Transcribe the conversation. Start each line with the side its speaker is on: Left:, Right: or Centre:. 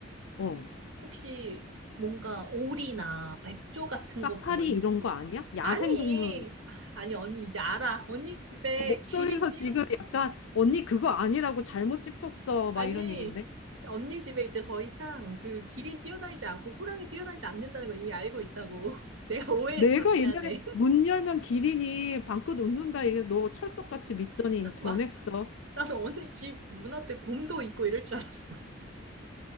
Left: 어.
Right: 혹시 뭔가 오리나 백조 같은
Left: 까-
Right: 것도
Left: 파리
Right: 막 있고.
Left: 이런 거 아니야? 야생동물.
Right: 아니, 아, 아니, 언니 이제 알아. 언니 집에
Left: 목소리에서
Right: 기린 뛰어,
Left: 지금 약간 언니 그거 아니라고 잘못 짚였어.
Right: 아니,
Left: 막 이런 얘긴데.
Right: 언니 집에 이제 더 이상 그 기린 뛰어다니지 않고 호랑이 뛰어다니지 않는다는 거 이미 알고 있다고. <laughs> 내가 오해했어.
Left: 내가
Right: 미안해.
Left: 옛날에 문 열면 기린이 방긋 웃는다 이게 너 철석같이 믿더니
Right: <laughs>
Left: 변했어.
Right: 맞아. 나는 언니 집 문 앞에 곰도 있고 이럴 줄 알았어.